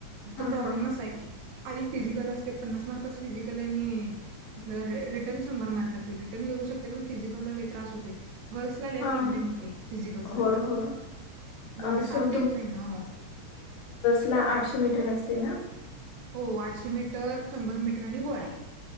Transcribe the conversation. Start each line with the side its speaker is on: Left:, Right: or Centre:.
Left: हां,
Right: तो प्रॉब्लेमच
Left: हां, हां.
Right: हाय की. आणि फिजिकल असते पन्नास मार्काच फिजिकल आणि आपल रिटर्न शंभर मार्काचे रिटर्न निघू शकते पण फिजिकलला लय त्रास होतोय. गर्ल्सला लय
Left: हां,
Right: प्रॉब्लेम
Left: हां.
Right: येतय फिजिकल्सला
Left: होय, होय.
Right: बॉडी
Left: अ सो
Right: साथ देत नाही ना ओ.
Left: ला आठशे मीटर असतय ना?
Right: हो आठशे मीटर, शंभर मीटर आणि गोळा हाय.